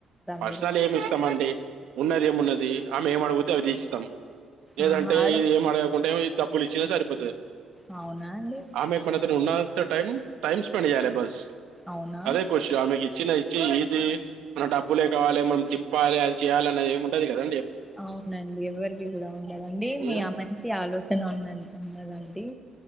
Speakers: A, on the right; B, in the centre.
A: పర్సనల్
B: మీరు
A: ఏమి ఇస్తామంటే ఉన్నది ఏమున్నది ఆమె ఏం అడిగితే అవిది తీ ఇస్తాం ఏదంటే
B: ఆహా ఆడ
A: ఇవి ఏం అడగకు ఉంటే డబ్బులు ఇచ్చినా సరిపోతది
B: అవునా అండి
A: ఆమె మన తో ఉన్నా టై టైమ్ స్పెండ్ చేయాలే ఫస్ట్
B: అవునా
A: అదే ఖషి ఆమెకి ఇచ్చిన ఇచ్చి ఈది మన డబ్ బ్బులే కావాలి మనం చెప్పాలే అది చేయాలి అది ఏమిముంటది కదా
B: అవునండి ఎవరికి కూడా ఉండాలండి
A: మ్మ్
B: మీ ఆ మంచి ఆలోచన ఉన్నా ఉన్నదండి